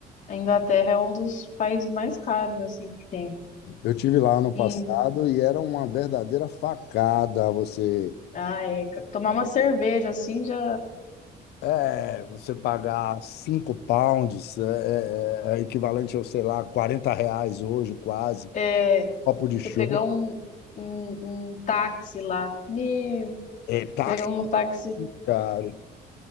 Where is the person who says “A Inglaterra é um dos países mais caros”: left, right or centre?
Left